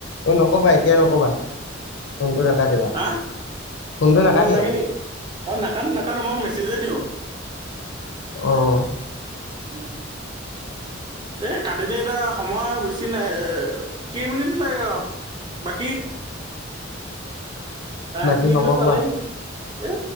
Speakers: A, on the left; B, on the right.
A: এই নকবা এতিয়া নকবা ফোনটো নাকাটিবা,
B: আহ,
A: ফোনটো
B: ক'ব
A: নাকাটিবা।
B: নালাগে নেকি অ' নাকাটো- নাকটো মই মেছেজেই দিওঁ।
A: অহ
B: উ এ কাটিলে এতিয়া সময় বেছি নাই এ কেইমিনিট লাগে আৰু বাকী? <unintelligible>
A: বাকী খবৰ
B: পালেই
A: কোৱা?
B: এ